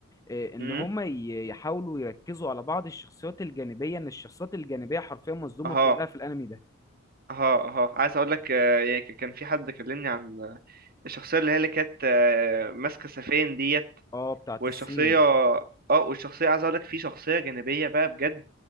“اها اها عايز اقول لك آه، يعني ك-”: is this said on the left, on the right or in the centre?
Right